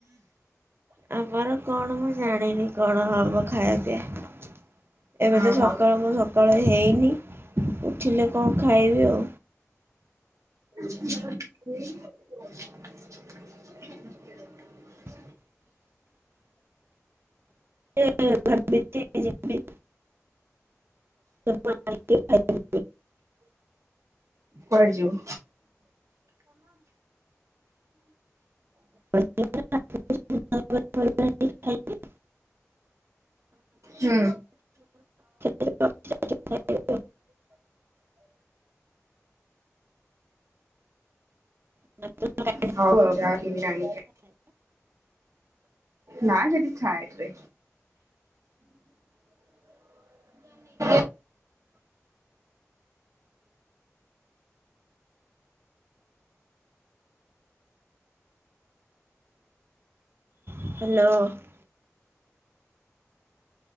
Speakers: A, on the right; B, on the right.
A: ଆମର କଣ ମୁଁ ଜାଣିନି କଣ ହବ ଖାଇବା ପିଆ? ଏବେ
B: ଓହୋ
A: ତ ସକାଳ ମୁଁ ସକାଳ ହେଇନି ଉଠିଲେ କଣ ଖାଇବି ଆଉ।
B: <inaudible>
A: <inaudible> <unintelligible>
B: କୁଆଡେ ଯିବୁ?
A: <unintelligible>
B: ହୁଁ।
A: <inaudible> <unintelligible>
B: <unintelligible> ନାଁ ଯଠି ଛା ଆଇଠରେ। <inaudible>
A: ହ୍ୟାଲୋ।